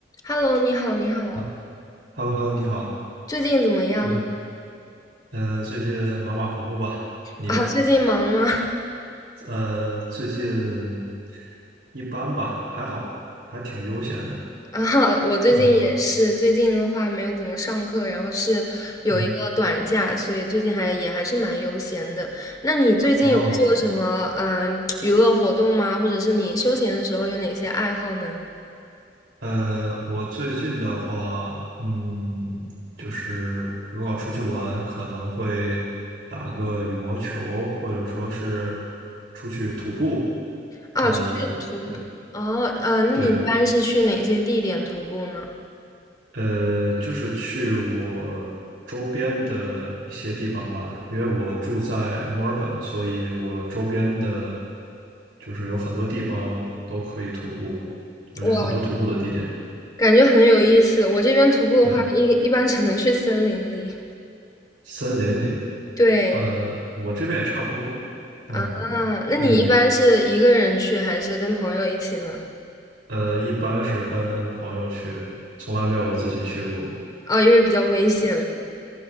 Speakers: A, on the left; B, on the right.
A: Hello，你好，你好，
B: 啊，Hello Hello，你好，
A: 最近怎么样
B: 嗯呃，最近马马虎虎吧？你呢？
A: 啊？最近忙吗？
B: 呃，最近一般吧，还好，还挺悠闲的。
A: <laughs> 啊，我最近也是，
B: 嗯
A: 最近的话没有怎么上课，然后是有一个短假，
B: 嗯，
A: 所以最近还也还是蛮悠闲的。那你最近有做什么嗯、
B: 哦，
A: 娱乐活动吗？或者是你休闲的时候有哪些爱好呢？
B: 呃，我最近的话，嗯，就是如果要出去玩，可能会打个羽毛球，或者说是出去徒步。
A: 啊，
B: 呃，
A: 出去徒步。
B: 对。
A: 哦，呃，那你一般是去哪些地点徒步呢？
B: 对，呃，就是去我周边的一些地方吧，因为我住在墨尔本，所以我周边的，就是有很多地方都可以徒步，就是有很多徒步的地点。
A: 我感觉很有意思。我这边徒步的话，
B: 嗯，
A: 一一般只能去森林里。
B: 森林里，
A: 对，
B: 呃，我这边也差不多。嗯，
A: 啊，那你一般是一个人去还是跟朋友一起呢？
B: 你你呃，一般是跟朋友去，从来没有自己去过。
A: 啊，因为比较危险嘛，